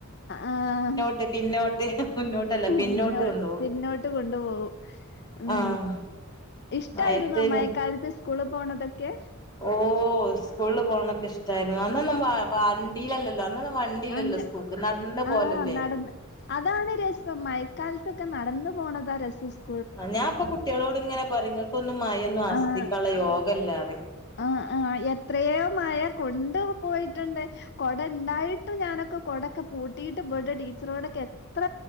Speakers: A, on the left (about 55°); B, on the left (about 20°).
A: ആഹ്
B: ക്കെ പിന്നോട്ട് മുന്നോട്ടല്ല പിന്നോട്ട്
A: മുന്നോ
B: കൊണ്ടോവും
A: പിന്നോട്ട് കൊണ്ടു പോവും ഉം
B: ആഹ്
A: ഇഷ്ടായിരുന്നോ
B: മഴയത്ത്
A: മഴക്കാലത്ത് സ്കൂള് പോണതൊക്കെ
B: ഓഹ് സ്കൂളിൽ പോണൊക്കെ ഇഷ്ടായിരുന്നു അന്നന്നും വ വണ്ടീലല്ലല്ലോ അന്നന്നും വണ്ടില്ലല്ലോ
A: ആഹ്
B: സ്കൂക്ക് നടന്ന് പോലെല്ലേ
A: ആഹ് നടന്ന് അതാണ് രസം മഴക്കാലത്തൊക്കെ നടന്ന് പോണതാ രസം സ്
B: ആഹ് ഞാൻ ഇപ്പൊ കുട്ട്യാളോട് ഇങ്ങനെ പറിം ഇങ്ങക്കൊന്നും മയൊന്നും ആസ്വദിക്കാള്ള
A: ആഹ്
B: യോഗല്ല റിം
A: ആഹ് ആഹ് എത്രയോ മഴ കൊണ്ട് പോയിട്ടുണ്ട് കൊടണ്ടായിട്ടും ഞാനൊ ക്കൊ കൊടക്കെ പൂട്ടീട്ട് പോയിട്ട് ടീച്ചറോടൊക്കെ എത്ര